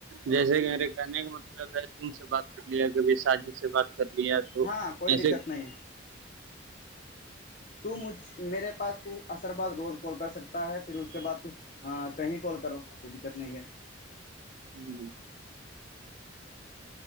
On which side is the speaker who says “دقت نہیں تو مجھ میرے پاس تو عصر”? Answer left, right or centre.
Left